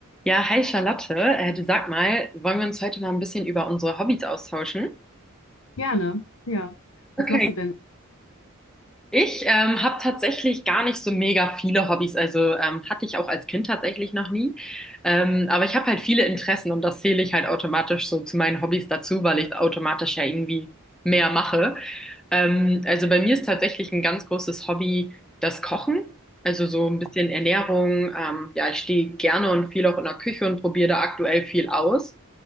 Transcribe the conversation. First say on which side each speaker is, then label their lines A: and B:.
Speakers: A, in the centre; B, on the left (about 70°).
A: Ja, hi Charlotte. Äh, du sag mal, wollen wir uns heute mal ein bisschen über unsere Hobbys austauschen?
B: Gerne, ja. Was
A: Okay.
B: machst du denn?
A: Ich ähm, habe tatsächlich gar nicht so mega viele Hobbys, also ähm, hatte ich auch als Kind tatsächlich noch nie. Ähm, aber ich habe halt viele Interessen und das zähle ich halt automatisch so zu meinen Hobbys dazu, weil ich automatisch ja irgendwie mehr mache. Ähm, also bei mir ist tatsächlich ein ganz großes Hobby das Kochen, also so ein bisschen Ernährung. Ähm, ja, ich stehe gerne und viel auch in der Küche und probiere da aktuell viel aus.